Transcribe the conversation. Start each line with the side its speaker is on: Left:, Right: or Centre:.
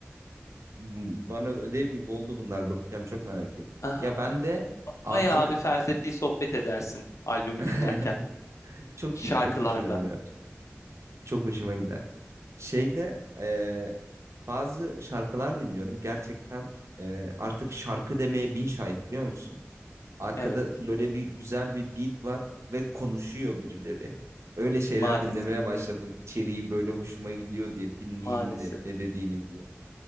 Right: Hmm, Bana ödev gibi oldu bunlar. Bakacağım çok merak ettim.
Left: Aha,
Right: Ya ben de artık
Left: bayağı bir felsefi sohbet edersin albümü
Right: <laughs>
Left: dinlerken
Right: çok
Left: şarkılarla.
Right: iyi, çok hoşuma gider. Çok hoşuma gider. Şeyde e, bazı şarkılar dinliyorum. Gerçekten e, artık şarkı demeye bin şahit biliyor musun? Arkada
Left: Evet.
Right: böyle bir güzel bir beat var ve konuşuyor birileri. Öyle şeyler
Left: Maalesef.
Right: dinlemeye başladım. İçeriği böyle hoşuma gidiyor diye dinleyeyim
Left: Maalesef.
Right: ne, ne dediğini diye.